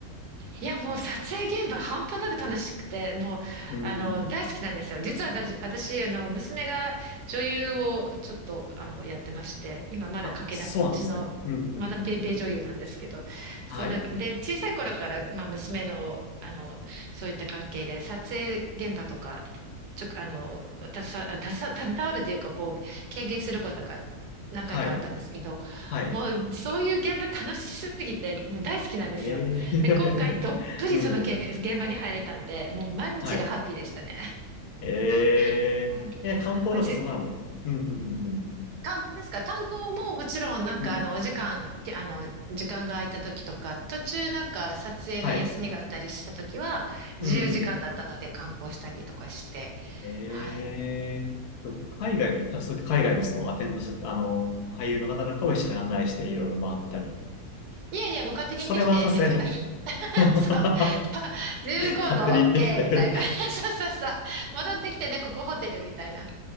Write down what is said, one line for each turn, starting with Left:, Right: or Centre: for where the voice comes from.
Right: いや、もう撮影現場半端なく楽しくて、もう、
Left: うん。
Right: あの、大好きなんですよ。実は私、私あの、娘が女優をちょっと、あの、やってまして、今まだ駆け出しの、
Left: あ、そうなんですね。うん、うん、
Right: まだペーペー女優なんですけど、
Left: うん、うん。
Right: そうだ、
Left: はい。
Right: で、小さい頃から、まあ、娘の、あの、そういった関係で、撮影現場とか、ちょ、あの、携わ、携わ携わるというか、こう、経験することが何回かあったんですけど、
Left: はい。はい。
Right: もう、そういう現場楽しすぎて、もう大好きなんですよ。
Left: え
Right: で、今回どっぷりそのけ現場に入れたんで、
Left: え <laughs> うん、うん。
Right: もう毎日がハッピーでしたね。
Left: はい。えええ、
Right: <laughs> はい。
Left: 観光とかそんなのも。
Right: もうじ、
Left: うん、うん、うん、うん。
Right: 観光ですか観光ももちろんなんかあのお時間、
Left: うん。
Right: きあの、時間が空いた時とか、途中なんか撮影の休みがあったりした時は、
Left: はい。うん。
Right: 自由時間だったので観光したりとかして、
Left: ええ
Right: はい。
Left: 海外の、じゃあそうやって海外のそのアテンドしてた、あの、俳優の方なんかも一緒に案内していろいろ回ったり。
Right: いやいや、もう勝手に行ってきてって言ったら、
Left: それはさすがに。<laughs>
Right: <laughs>
Left: 勝
Right: そう、<laughs> 自由行動
Left: 手に言ってきて
Right: OK みたいな。
Left: <laughs>
Right: <laughs> そうそうそう。戻ってきてね、ここホテルみたいな。